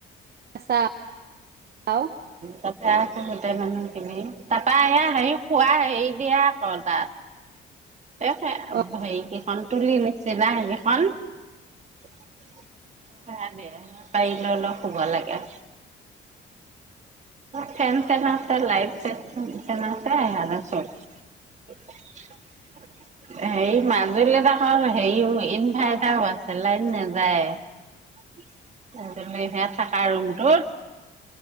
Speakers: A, on the right (about 50°); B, on the right (about 35°).
A: আছা <inaudible> আও
B: তাতে আছে গোটেই মানুহখিনি, তাপা এয়া হেয়ী খোৱা হেৰি দিয়া আকৌ তাত এ হে-হেইকেইখন,
A: অ',
B: তুলি নিচিনা সেইকেইখন ভাৰাত দিয়ে। পাৰি লৈ লৈ শুব লাগে। ফেন চেন আছে, লাইট চাইট <unintelligible> হেৰি মাজুলীত আক' হেৰি ইনভাৰ্টাৰও আছে লাইন নাযায়েই, <unintelligible> হেয়া থাকা ৰুমটোত।